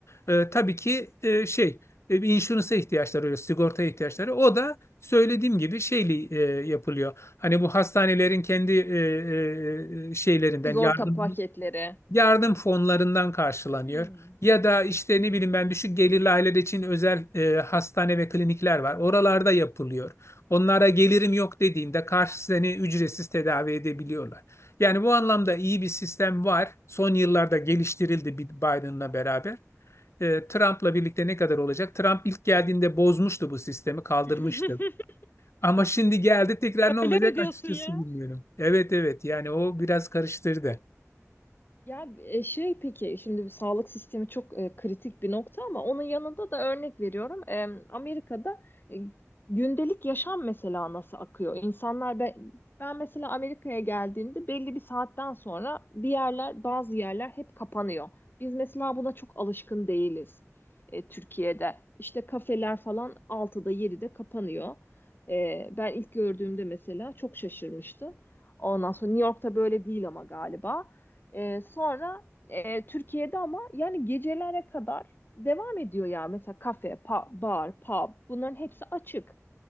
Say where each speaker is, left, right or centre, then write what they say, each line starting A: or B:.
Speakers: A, on the left; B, on the left.
A: e, tabii ki e, şey e, bir insurance'a ihtiyaçları oluyor, sigortaya ihtiyaçları. O da söylediğim gibi şeyli e, yapılıyor. Hani bu hastanelerin kendi e, e, e, şeylerinden
B: Sigorta
A: yardım
B: paketleri.
A: yardım fonlarından karşılanıyor.
B: Hmm.
A: Ya da işte ne bileyim ben düşük gelirli aileler için özel e, hastane ve klinikler var. Oralarda yapılıyor. Onlara gelirim yok dediğinde karşı seni ücretsiz tedavi edebiliyorlar. Yani bu anlamda iyi bir sistem var. Son yıllarda geliştirildi Biden'la beraber e, Trump'la birlikte ne kadar olacak? Trump ilk geldiğinde bozmuştu bu sistemi, kaldırmıştı.
B: <laughs>
A: Ama şimdi geldi tekrar ne olacak
B: Öyle mi diyorsun
A: açıkçası
B: ya?
A: bilmiyorum. Evet evet yani o biraz karıştırdı.
B: Ya e, şey peki şimdi bir sağlık sistemi çok e, kritik bir nokta ama onun yanında da örnek veriyorum. E, Amerika'da e, gündelik yaşam mesela nasıl akıyor? İnsanlar ben, ben mesela Amerika'ya geldiğimde belli bir saatten sonra bir yerler bazı yerler hep kapanıyor. Biz mesela buna çok alışkın değiliz e, Türkiye'de. İşte kafeler falan 6'da 7'de kapanıyor. E, ben ilk gördüğümde mesela çok şaşırmıştım. Ondan sonra New York'ta böyle değil ama galiba. Ee, sonra e, Türkiye'de ama yani gecelere kadar devam ediyor ya. Mesela kafe, pa- bar, pub bunların hepsi açık.